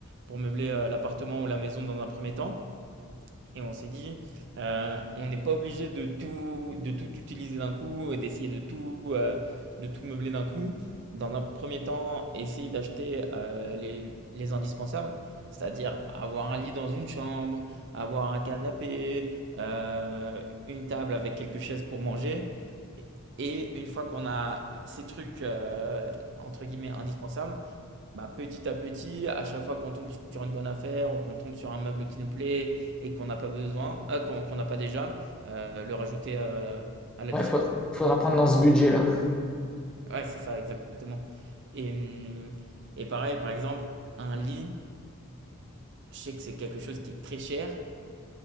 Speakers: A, on the right; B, in the centre.
A: pour meubler euh, l'appartement ou la maison dans un premier temps. Et on s'est dit, euh, on n'est pas obligé de tout, de tout utiliser d'un coup et d'essayer de tout, euh, de tout meubler d'un coup. Dans un premier temps, essayer d'acheter euh, les, les indispensables, c'est-à-dire avoir un lit dans une chambre, avoir un canapé, euh, une table avec quelques chaises pour manger. Et une fois qu'on a ces trucs, euh, entre guillemets, indispensables, bah, petit à petit, à chaque fois qu'on tombe sur une bonne affaire ou qu'on tombe sur un meuble qui nous plaît et qu'on n'a pas besoin, ah, qu'on qu'on n'a pas déjà, euh, le rajouter euh, à la
B: Ouais,
A: liste,
B: faut-
A: quoi.
B: faudra prendre dans ce budget-là.
A: Ouais, c'est ça, exactement. Et, hum, et pareil, par exemple, un lit, je sais que c'est quelque chose qui est très cher,